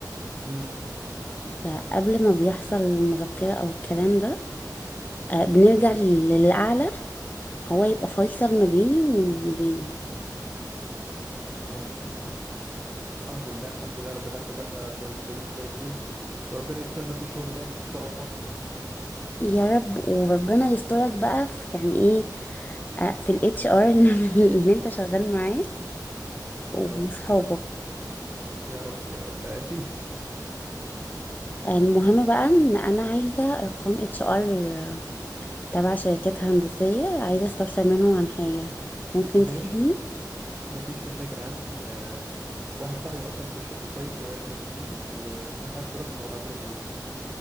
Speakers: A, on the right; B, on the left.
A: امم
B: فقبل ما بيحصل المذكرة أو الكلام ده آه، بنرجع للأعلى هو يبقى فيصل ما بيني وما بينه
A: فهمتك فهمتك الحمد لله الحمد لله ربنا استنى بمديرين كويسين وربنا يسترنا في الشغل دايما ان شاء الله
B: يا رب وربنا يسترك بقى في يعني ايه آه، في الاتش ار اللي <laughs> اللي انت شغال معاه وصحابك
A: يا رب يا رب يا رب امين
B: المهم بقى ان انا عايزه ارقام اتش ار تبع شركات هندسيه عايزه استفسر منهم عن حاجه
A: <laughs>
B: ممكن
A: ماشي
B: تفيدني
A: ما فيش مشاكل عندي آه واحد صاحبي اصلا في الشركه كويس ويقدر يفيدك وهاخد رقمه وابعته لك على الواتس